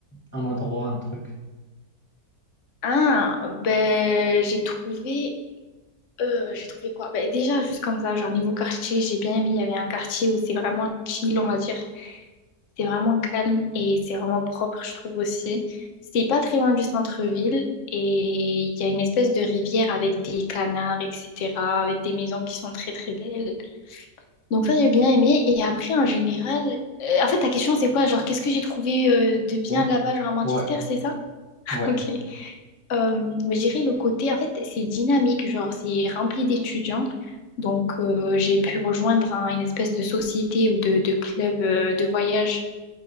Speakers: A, on the left (about 20°); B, on the left (about 60°).
A: un endroit, un truc?
B: Ah, ben, j'ai trouvé... Euh, j'ai trouvé quoi? Ben, déjà, juste comme ça, genre niveau quartier, j'ai bien aimé. Il y avait un quartier où c'est vraiment chill, on va dire. C'est vraiment calme et c'est vraiment propre, je trouve aussi. C'est pas très loin du centre-ville et il y a une espèce de rivière avec des canards, etc., avec des maisons qui sont très très belles. Donc ça, j'ai bien aimé. Et après, en général, euh, en fait, ta question, c'est quoi? Genre, qu'est-ce que j'ai trouvé euh, de bien
A: Ouais,
B: là-bas, genre à Manchester,
A: ouais,
B: c'est ça? <laughs>
A: ouais.
B: Ok. Euh, je dirais le côté, en fait, c'est dynamique, genre, c'est rempli d'étudiants. Donc, euh, j'ai pu rejoindre un- une espèce de société ou de, de club euh, de voyage,